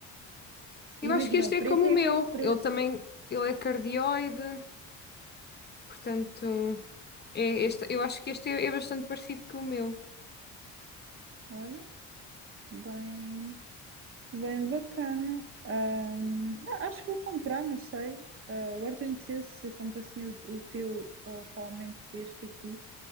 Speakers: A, on the left; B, on the right.
A: Eu
B: E imagina,
A: acho que este
B: o preto
A: é como
B: é
A: o meu.
B: aquele preço.
A: Ele também, ele é cardioide, portanto, é este, eu acho que este é, é bastante parecido com o meu.
B: Olha, bem, bem bacana. Ahm, não, acho que vou comprar, não sei. Ah, agora estou indecisa se compro assim o, o teu ou realmente este aqui,